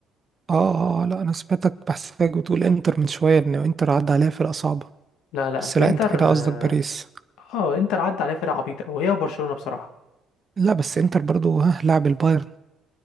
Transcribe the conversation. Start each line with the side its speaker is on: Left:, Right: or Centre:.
Right: اه اه اه، لا انا سمعتك بحسك بتقول انتر من شوية ان انتر عدى عليها فرقة صعبة
Left: لا لا
Right: بس لا
Left: انتر
Right: انت كده قصدك
Left: اه
Right: باريس
Left: آه، انتر عدى عليها فرق عبيطه وهي وبرشلونه بصراحه
Right: لا بس انتر برضو ها لعب البايرن